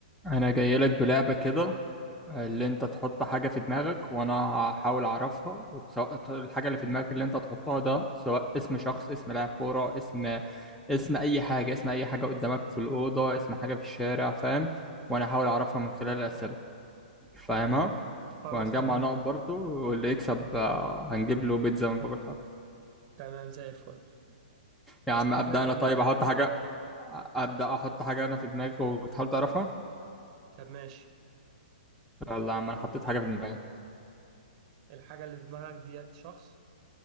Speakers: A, in the centre; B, on the right (about 35°).
A: انا جاي لك بلعبة كده آه، اللي انت تحط حاجة في دماغك وانا هحاول اعرفها وسواء الحاجة اللي في دماغك اللي انت تحطها ده سواء اسم شخص اسم لاعب كورة اسم اسم اي حاجة اسم اي حاجة قدامك في الأوضة اسم حاجة في الشارع فاهم وانا هحاول اعرفها من خلال الأسئلة فاهمها
B: خلاص
A: وهنجمع
B: تمام
A: نقط برضو واللي يكسب آه، هنجيب له بيتزا من باب الحاره
B: تمام زي الفل
A: يا عم
B: بس كده
A: ابدأ
B: كده
A: انا
B: هغلبك
A: طيب احط
B: يعني
A: حاجة ابدأ احط حاجة انا في دماغي وتحاول تعرفها
B: طب ماشي
A: يلا يا عم انا حطيت حاجة في دماغي
B: الحاجة اللي في دماغك ديت شخص